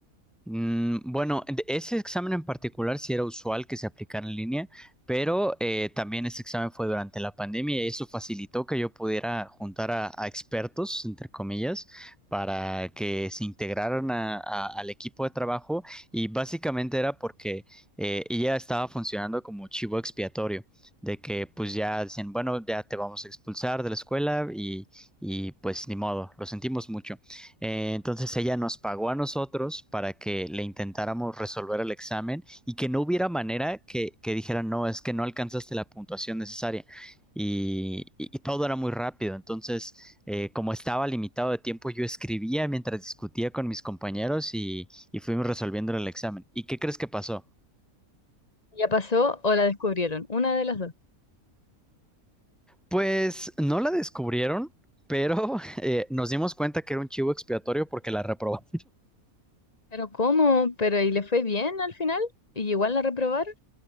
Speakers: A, in the centre; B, on the left.
A: Mm, Bueno, en- ese examen en particular sí era usual que se aplicara en línea, pero eh, también ese examen fue durante la pandemia y eso facilitó que yo pudiera juntar a, a expertos, entre comillas, para que se integraran a- a- al equipo de trabajo y básicamente era porque eh, ella estaba funcionando como chivo expiatorio, de que pues ya decían, bueno, ya te vamos a expulsar de la escuela y, y pues ni modo, lo sentimos mucho. Eh, entonces ella nos pagó a nosotros para que le intentáramos resolver el examen y que no hubiera manera que, que dijeran, no, es que no alcanzaste la puntuación necesaria. Y, y- y todo era muy rápido. Entonces, eh, como estaba limitado de tiempo, yo escribía mientras discutía con mis compañeros y, y fuimos resolviendo el examen. ¿Y qué crees que pasó?
B: Ya pasó o la descubrieron, una de las dos.
A: Pues no la descubrieron, pero <laughs> eh, nos dimos cuenta que era un chivo expiatorio porque la reprobó.
B: Pero ¿cómo? Pero ¿y le fue bien al final? ¿Y igual la reprobaron?